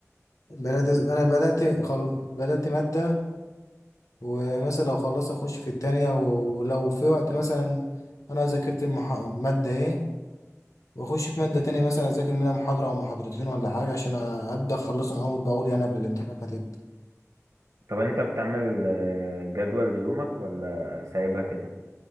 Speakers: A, on the left; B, on the right.
A: بدأت أز- انا بدأت خل... بدأت مادة ومثلا لو خلصت اخش في التانية ولو في وقت مثلا انا ذاكرت المح... مادة ايه واخش في مادة تانية مثلا اذاكر منها محاضرة او محاضرتين ولا حاجة عشان أ- ابدأ اخلصهم اول باول يعني قبل الامتحانات ما تبدأ
B: طب انت بتعمل آه، جدول ليومك ولا سايبها كده